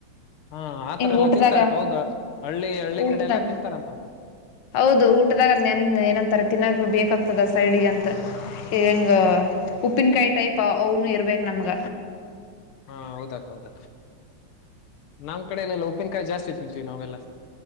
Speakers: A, on the left; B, on the left.
A: ಹಾ ಆತರ
B: ಹ
A: ಎಲ್ಲ
B: ಊಟದಾಗ
A: ತಿಂತಾರಕ್ಕ ಹೌದಾ ಹಳ್ಳಿ ಹಳ್ಳಿ
B: ಊಟದಾಗ
A: ಕಡೆ ಎಲ್ಲಾ ತಿಂತಾರಂತಾವ್
B: ಹೌದು ಊಟದಾಗದ ನೆನ್ ಏನಂತಾರೆ ತಿನ್ನಾಗ ಬೇಕಾಗ್ತದೆ ಸೈಡಿಗೆ ಅಂತ ಹೆಂಗ ಉಪ್ಪಿನಕಾಯಿ ಟೈಪ್ ಅವನು ಇರ್ಬೇಕ ನಮ್ಗ
A: ಹಾ ಹೌದಕ್ಕ ಹೌದಕ್ಕ ನಮ್ ಕಡೆನೆಲ್ಲ ಉಪ್ಪಿನಕಾಯಿ ಜಾಸ್ತಿ ತಿಂತೀವಿ ನಾವೆಲ್ಲ